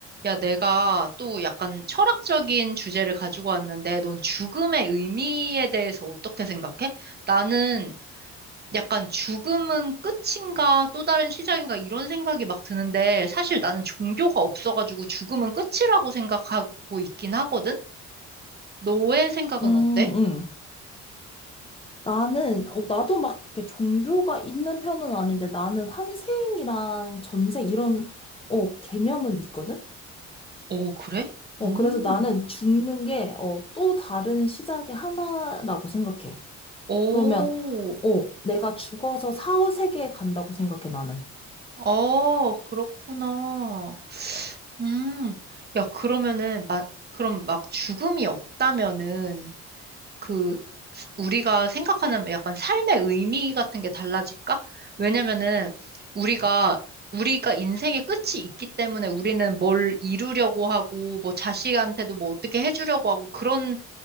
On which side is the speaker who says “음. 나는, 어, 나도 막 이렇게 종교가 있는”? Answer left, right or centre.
Left